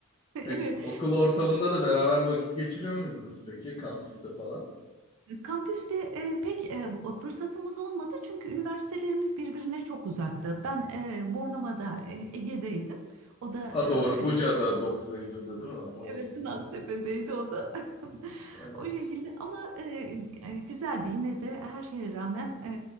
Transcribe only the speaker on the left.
Peki, okul ortamında da beraber vakit geçiriyor muydunuz peki kampüste falan?
Ha doğru
Buca'da
9 Eylül'de değil mi? O
yüzden.
Evet.